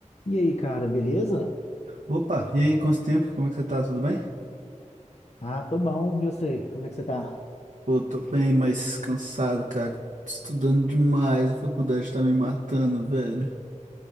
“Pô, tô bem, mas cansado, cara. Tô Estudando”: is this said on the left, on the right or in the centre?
Right